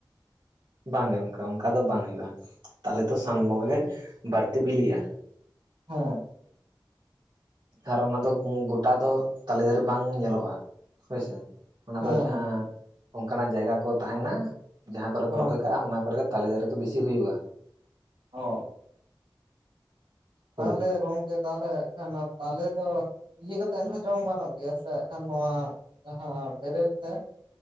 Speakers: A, on the right; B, on the right.
A: ᱵᱟᱝᱜᱮ ᱜᱚᱝᱠᱮ ᱚᱱᱠᱟ ᱫᱚ ᱵᱟᱝ ᱦᱩᱭᱩᱜᱼᱟ ᱛᱟᱞᱮ ᱫᱚ ᱥᱟᱱ ᱵᱚᱸᱜᱟ ᱜᱮ ᱵᱟᱲᱛᱤ ᱵᱤᱞᱤᱜ-ᱟ᱾
B: ᱦᱮᱸ
A: ᱟᱨ ᱚᱱᱟ ᱫᱚ ᱜᱚᱴᱟ ᱫᱚ ᱛᱟᱞᱮ ᱫᱟᱨᱮ ᱵᱟᱝ ᱧᱮᱞᱚᱜᱼᱟ ᱦᱳᱭᱥᱮ ᱚᱱᱟ
B: ᱦᱮᱸ
A: ᱫᱚ ᱡᱟᱦᱟᱸ ᱚᱱᱠᱟᱱᱟᱜ ᱡᱟᱭᱜᱟ ᱠᱚ ᱛᱟᱦᱮᱱᱟ ᱡᱟᱦᱟᱸ ᱠᱚᱨᱮ ᱠᱚ
B: ᱦᱮᱸ
A: ᱨᱚᱦᱚᱭ ᱠᱟᱜᱼᱟ ᱚᱱᱟ ᱠᱚᱨᱮ ᱜᱮᱼᱼ ᱛᱟᱞᱮ ᱫᱟᱨᱮ ᱫᱚ ᱵᱤᱥᱤ ᱦᱩᱭᱩᱜᱼᱟ᱾
B: ᱚ <inaudible> ᱛᱟᱦᱚᱞᱮ
A: ᱦᱳᱭ
B: ᱜᱚᱝᱠᱮ ᱛᱟᱦᱚᱞᱮ ᱮᱠᱷᱟᱱ ᱛᱟᱞᱮ ᱫᱚᱼᱼ ᱤᱭᱟᱹ ᱠᱟᱛᱮᱫ ᱦᱚᱸ ᱡᱚᱢ ᱜᱟᱱᱚᱜ ᱜᱮᱭᱟ ᱥᱮ ᱠᱷᱟᱱ ᱱᱚᱣᱟ ᱡᱟᱦᱟᱸ ᱵᱮᱨᱮᱞ ᱛᱮ?